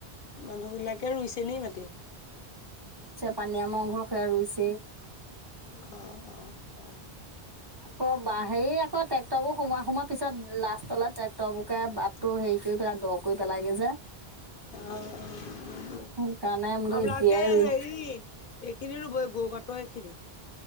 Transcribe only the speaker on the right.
পানীয় <unintelligible> সে ৰুইছেই
আকৌ, হেৰি আকৌ ট্ৰেক্টৰ বোৰ সোমাই সোমাৰ পিছত লাষ্টলে ট্ৰেক্টৰবোৰকে বাট টো হেৰি কৰি পেলাই দ কৰি পেলাইগে যে
সেইকাৰণে বোলো
এতিয়াই ৰুই